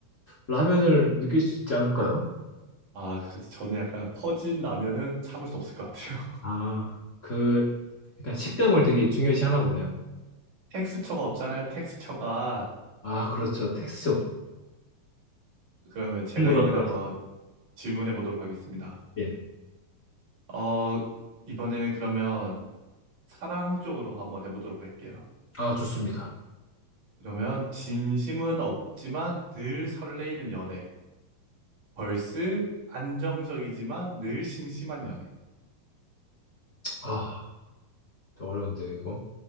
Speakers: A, on the left; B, on the right.
A: 라면을 느낄 수 있지 않을까요?
B: 아, 그래서 저는 약간 퍼진 라면은 참을 수 없을 것 같아요. <laughs>
A: 아, 그, 약간 식감을 되게 중요시 하나 보네요.
B: 텍스처가 없잖아요, 텍스처가.
A: 아, 그렇죠. 택스 없,
B: 그러면 제가
A: 전부
B: 이번에
A: 다 살았을
B: 한번 질문해 보도록 하겠습니다.
A: 때.
B: 어, 이번에는 그러면 사랑 쪽으로 한번 해보도록 할게요.
A: 아, 좋습니다.
B: 그러면 진심은 없지만 늘 설레이는 연애. 벌스 안정적이지만 늘 심심한 연애.
A: 아, 어려운데요, 이거.